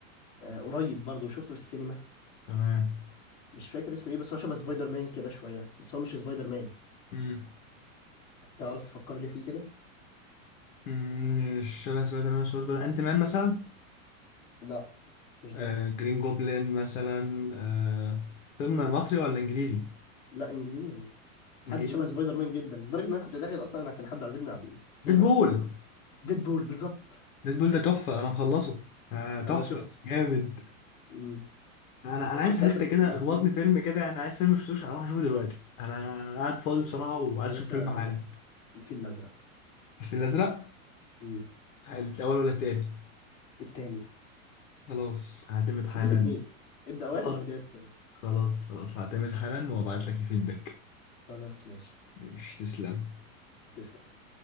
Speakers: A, on the left; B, on the left.
A: آه قريب برضو شفته في السينما
B: تمام
A: مش فاكر اسمه ايه بس هو شبه سبايدر مان كده شويه بس هو مش سبايدر مان
B: امم
A: تعرف تفكر لي فيه كده
B: أمم، شبه سبايدر مان شبه سبايدر انت مان مثلا
A: لا مش
B: آه
A: ده
B: جرين جوبلين مثلا آه فيلم مصري ولا انجليزي
A: لا انجليزي حد
B: انجليزي
A: شبه سبايدر مان جدا لدرجه ان انا
B: بس
A: كنت داخل اصلا انا كان حد عازمني على السينما
B: ديدبول
A: ديدبول بالظبط
B: ديدبول ده تحفة انا مخلصه آه تحفة
A: انا شفته
B: جامد
A: امم
B: انا انا عايز
A: شفت
B: حتة
A: اخر
B: كده اخبطني
A: سيزون دي
B: فيلم كده انا عايز فيلم مشفتوش اروح اشوفه دلوقتي انا قاعد فاضي بصراحة وعايز
A: يا باشا
B: اشوف فيلم حالا
A: الفيل الازرق
B: الفيل الازرق
A: امم
B: الاول ولا التاني
A: التاني
B: خلاص هعتمد حالا
A: شوف الاتنين ابدأ
B: خلاص
A: واحد بعد كده التاني
B: خلاص خلاص هعتمد حالا وابعت لك الفيدباك
A: خلاص ماشي
B: مش تسلم
A: تسلم